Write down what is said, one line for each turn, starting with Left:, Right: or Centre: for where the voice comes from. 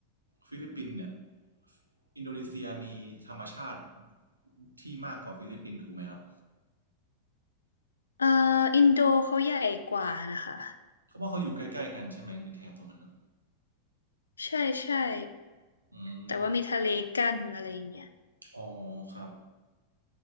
Right: ฟิลิปปินส์เนี่ยอินโดนีเซียมีธรรมชาติที่มากกว่าฟิลิปปินส์ถูกไหมครับ
Left: เอ่ออินโดเขาใหญ่กว่านะคะ
Right: เพราะว่าเขาอยู่ใกล้ๆกันใช่ไหมในแถบตรงนั้นนะ
Left: ใช่ใช่
Right: อืม
Left: แต่ว่ามีทะเลกั้นอะไรอย่างเงี้ย
Right: อ๋อครับ